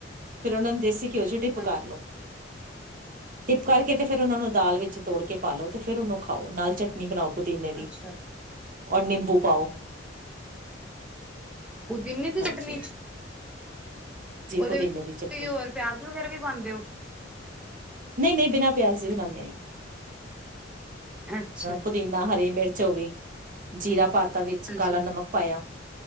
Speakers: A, on the right; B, in the centre.
A: ਫੇਰ ਉਹਨਾਂ ਨੂੰ ਦੇਸੀ ਘਿਓ ਚ ਡਿਪ
B: ਹਾਂਜੀ
A: ਕਰ ਲੋ। ਡਿਪ ਕਰਕੇ ਤੇ ਫਿਰ ਉਹਨਾਂ ਨੂੰ ਦਾਲ ਵਿੱਚ ਤੋੜ ਕੇ ਪਾ ਲੋ ਫਿਰ ਉਹਨੂੰ ਖਾਓ ਨਾਲ ਚਟ ਨੀ ਬਣਾਓ। ਪੁਦੀਨੇ ਦੀ,
B: ਅੱਛਾ
A: ਔਰ ਨਿੰਬੂ ਪਾਓ
B: ਪੁਦੀਨੇ ਦੀ
A: ਹਾਂਜੀ-ਹਾਂਜੀ
B: ਚਟਨੀ ਚ, ਉਹਦੇ
A: ਪੁਦੀਨੇ
B: ਵਿੱਚ
A: ਦੀ ਚਟਨੀ
B: ਹੋਰ ਪਿਆਜ ਵਗੈਰਾ ਵੀ ਪਾਦੇ ਔ।
A: ਨਹੀਂ-ਨਹੀਂ ਬਿਨਾਂ ਪਿਆਜ ਦੇ ਬਨਾਨੇ ਆਂ।
B: ਅੱਛਾ,
A: ਪੁਦੀਨਾ, ਹਰੀ ਮਿਰਚ ਹੋ ਗਈ ਜੀਰਾ ਪਾ ਤਾ ਵਿੱਚ ਕਾਲਾ
B: ਜੀ
A: ਨਮਕ ਪਾਇਆ।